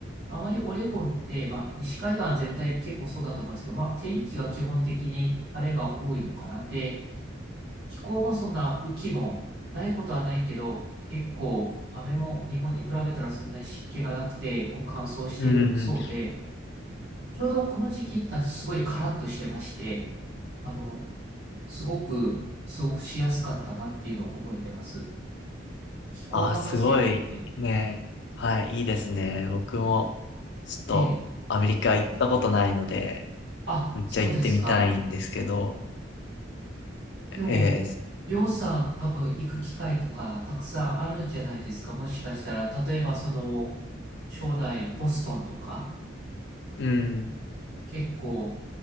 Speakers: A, on the right; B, on the left.
A: あまりオレゴンって、まあ、西海岸全体結構そうだと思うんですけど、まあ、天気が基本的に晴れが多いのかな。で、気候もそんな雨季もないことはないけど、結構雨も日本に比べたらそんなに湿気がなくて、こう乾燥してるそうで、
B: うん。うん
A: ちょうどこの時期ってすごいカラッとしてまして、あの、すごく過ごしやすかったなっていうのを覚えてます。気候がまず良くて、
B: あ、すごい。ね。はい。いいですね。僕もちょっとアメリカ行ったことないので、
A: ええ、あ、
B: めっちゃ行ってみたいんですけど、
A: そうですか。でも、
B: えー、
A: りょうさん多分行く機会とかたくさんあるんじゃないですか。もしかしたら、例えばその、将来ボストンとか、
B: うん。
A: あの結構、